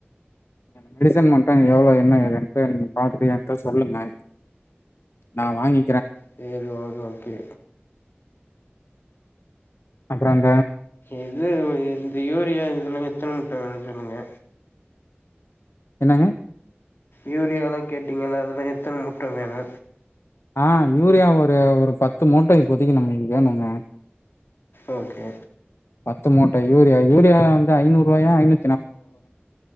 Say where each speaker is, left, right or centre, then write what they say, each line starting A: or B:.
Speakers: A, on the left; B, on the left.
A: மெடிசன் மட்டு எவ்ளோ என்ன ஏதுன்ட்டு எனக்கு நீங் பாத்துட்டு என்ட்ட சொல்லுங்க நா வாங்கி
B: சேரி ஓஹே ஓகே
A: அப்பறம்
B: எது வ எந்தி யூரியா இதெல்லா எத்தன முட்ட வேணுன் சொல்லுங்க
A: என்னங்க
B: யூரியாலா கேட்டீங்கல்ல அதெல்லா எத்தன முட்ட வேணு
A: ஆஹ் யூரியா ஒரு ஒரு பத்து மூட்ட இப்போதைக்கு நம்மளுக்கு வேணுங்க
B: ஓகே
A: பத்து மூட்ட யூரியா யூரியா வந்து ஐநூறுவாயா ஐநூ